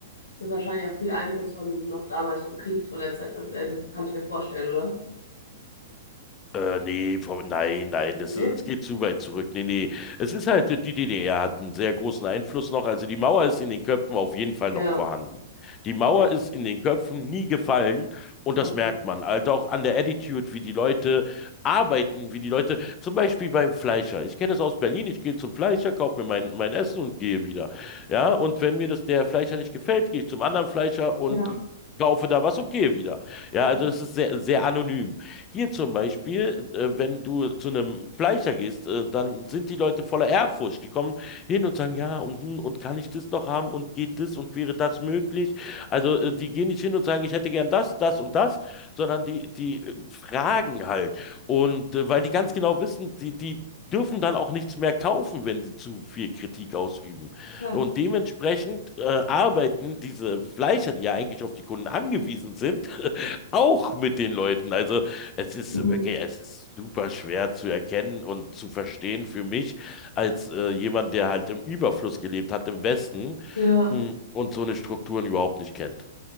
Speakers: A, on the left; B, on the left.
A: ist das wahrscheinlich auch viel Einfluss von noch damals vom Krieg von der Zeit. Also kann ich mir vorstellen, oder?
B: Äh, nee, vom- nein, nein, das
A: Nee?
B: ist, das geht zu weit zurück. Nee, nee. Es ist halt, die DDR hat einen sehr großen Einfluss noch. Also die Mauer ist in den Köpfen auf jeden Fall
A: Ja,
B: noch vorhanden. Die Mauer
A: Ja,
B: ist in den Köpfen nie gefallen und das
A: okay.
B: merkt man. Halt auch an der Attitude, wie die Leute arbeiten, wie die Leute, zum Beispiel beim Fleischer. Ich kenne es aus Berlin, ich gehe zum Fleischer, kaufe mir mein, mein Essen und gehe wieder. Ja, und wenn mir das der Fleischer nicht gefällt, gehe ich zum anderen Fleischer und
A: Ja,
B: kaufe da was und gehe wieder. Ja, also
A: oh,
B: das ist sehr, sehr anonym. Hier zum Beispiel, äh, wenn du zu einem Fleischer gehst, äh, dann sind die Leute voller Ehrfurcht. Die kommen hin und sagen, ja, und, hm, und kann ich das noch haben und geht das und wäre das möglich? Also äh, die gehen nicht hin und sagen, ich hätte gern das, das und das, sondern die, die äh, fragen halt. Und äh, weil die ganz genau wissen, die, die dürfen dann auch nichts mehr kaufen, wenn sie zu viel Kritik ausüben.
A: krass.
B: Und dementsprechend äh, arbeiten diese Fleischer, die ja eigentlich auf die Kunden angewiesen sind, <laughs> auch mit den Leuten. Also es ist
A: Mhm.
B: wirklich, es ist super schwer zu erkennen und zu verstehen für mich als äh, jemand, der halt im Überfluss gelebt hat im Westen
A: Ja.
B: mh, und so eine Strukturen überhaupt nicht kennt.